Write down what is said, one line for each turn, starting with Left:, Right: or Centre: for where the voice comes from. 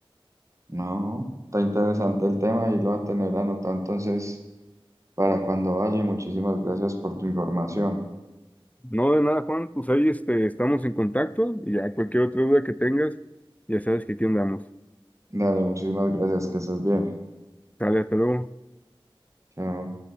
Right: no, está interesante el tema y lo voy a tener anotado entonces para cuando vaya. y Muchísimas gracias por tu información.
Left: No, de nada, Juan, pues ahí este, estamos en contacto y ya cualquier otra duda que tengas, ya sabes que aquí andamos.
Right: Dale, muchísimas gracias, que estés bien.
Left: Sale, hasta luego.
Right: Chao.